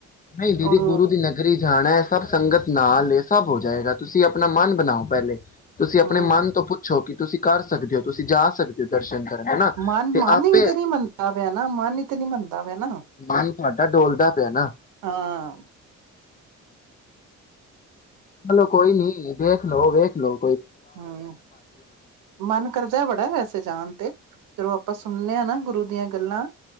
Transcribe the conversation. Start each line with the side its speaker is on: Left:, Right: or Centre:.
Left: ਨਹੀਂ ਦੀਦੀ
Right: ਔਰ
Left: ਗੁਰੂ ਦੀ ਨਗਰੀ ਜਾਣਾ ਹੈ ਸਭ ਸੰਗਤ ਨਾਲ ਸਭ ਹੋ ਜਾਏਗਾ ਤੁਸੀਂ ਆਪਣਾ ਮਨ ਬਣਾਓ ਪਹਿਲੇ। ਤੁਸੀਂ ਆਪਣੇ
Right: ਹਮ
Left: ਮਨ ਤੋਂ ਪੁੱਛੋ ਕਿ ਤੁਸੀਂ ਕਰ ਸਕਦੇ ਓ ਤੁਸੀਂ ਜਾ ਸਕਦੇ ਓ ਦਰਸ਼ਨ ਕਰਨ। ਹਨਾ
Right: ਮਨ
Left: ਤੇ
Right: ਮਨ
Left: ਆਪੇ
Right: ਹੀ ਤੇ ਨੀ ਮੰਨਦਾ ਪਿਆ ਨਾ ਮਨ ਹੀ ਤੇ ਨੀ ਮੰਨਦਾ। ਪਿਆ ਨਾ
Left: ਮਨ ਤੁਹਾਡਾ ਡੋਲਦਾ ਪਿਆ ਨਾ।
Right: ਹਾਂ
Left: ਚਲੋ ਕੋਈ ਨੀ ਵੇਖ। ਲੋ ਵੇਖ ਲੋ।
Right: ਹੂੰ ਮਨ ਕਰਦਾ ਬੜਾ ਵੈਸੇ ਜਾਣ ਤੇ ਜਦੋਂ ਆਪਾਂ ਸੁਣਦੇ ਹਾਂ ਨਾ ਗੁਰੂ ਦੀਆਂ ਗੱਲਾਂ,